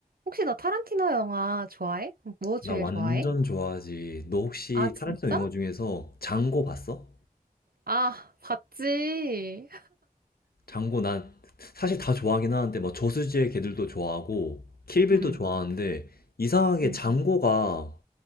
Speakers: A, on the right (about 70°); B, on the left (about 75°).
A: 혹시 너 타란티노 영화 좋아해? 뭐 제일
B: 나 완전
A: 좋아해?
B: 좋아하지. 너 혹시
A: 아, 진짜?
B: 타란티노 영화 중에서 장고 봤어?
A: 아, 봤지.
B: 장고 난 사실 다 좋아하긴 하는데 막 저수지의 개들도 좋아하고 킬빌도
A: 응,
B: 좋아하는데 이상하게
A: 응.
B: 장고가